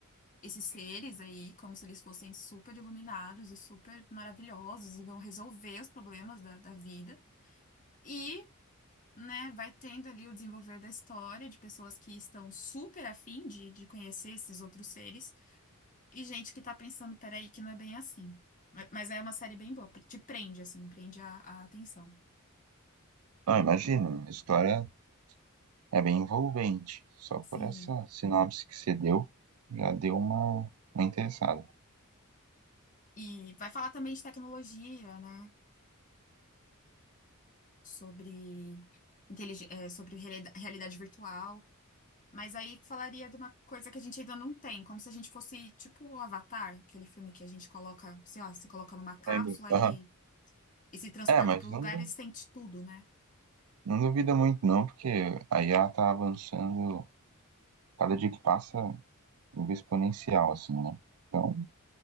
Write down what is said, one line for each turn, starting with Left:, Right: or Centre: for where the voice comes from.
Left: esses seres aí, como se eles fossem super iluminados e super maravilhosos e vão resolver os problemas da, da vida. E, né, vai tendo ali o desenvolver da história de pessoas que estão super afim de, de conhecer esses outros seres e gente que tá pensando, peraí, que não é bem assim. Ma- Mas é uma série bem boa, te prende, assim, prende a, a atenção.
Right: Ah, imagina, a história é bem envolvente. Só
Left: Sim.
Right: por essa sinopse que você deu, já deu uma, uma interessada.
Left: E vai falar também de tecnologia, né? Sobre, intelig eh, sobre reali- realidade virtual. Mas aí falaria de uma coisa que a gente ainda não tem, como se a gente fosse tipo o Avatar, aquele filme que a gente coloca, sei lá, se coloca numa cápsula
Right: Lembro. Aham.
Left: e, e se transporta
Right: É, mas
Left: para o lugar
Right: não, du-
Left: e sente tudo, né?
Right: não duvida muito, não, porque aí ela tá avançando, cada dia que passa, nível exponencial, assim, né? Então,